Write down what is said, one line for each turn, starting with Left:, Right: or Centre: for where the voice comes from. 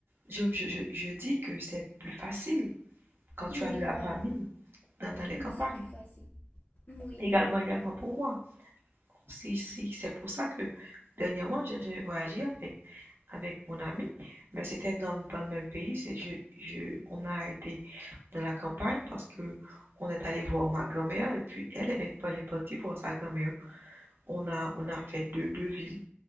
Right: Je, je, je, je dis que c'est plus facile quand tu
Left: Oui,
Right: as de la
Left: voilà.
Right: famille. dans, dans les
Left: Oui,
Right: campagnes.
Left: c'est plus facile. Oui.
Right: Également, également pour moi. Si, si, c'est pour ça que dernièrement, j'ai j'ai voyagé avec, avec mon ami, mais c'était dans, dans le même pays. Je, je, on a été dans la campagne parce que on est allé voir ma grand-mère et puis elle, elle est, elle est partie voir sa grand-mère. On a, on a fait deux, deux villes.